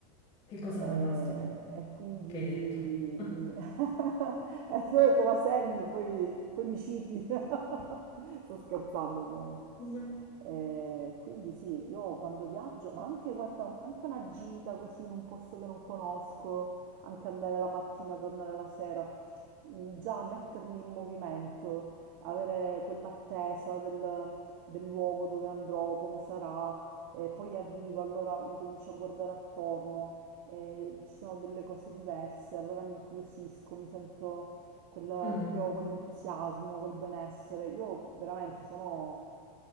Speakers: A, on the left; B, on the right.
A: Che cosa
B: E,
A: fantastica
B: e quindi
A: che hai detto. <laughs>
B: mi... <laughs> eh, se te la segni, poi, poi mi citi. <laughs> Sto scherzando, ovviamente.
A: Mhm.
B: Eh, quindi sì, io quando viaggio, ma anche, guarda, anche una gita così in un posto che non conosco, anche andare la mattina, tornare la sera, mh, già mettermi in movimento, avere quell'attesa del, del luogo dove andrò, come sarà, e poi arrivo, allora mi comincio a guardare attorno, e ci sono delle cose diverse, allora mi incuriosisco, mi sento quella-
A: Mhm.
B: proprio quell'entusiasmo, quel benessere. Io veramente sono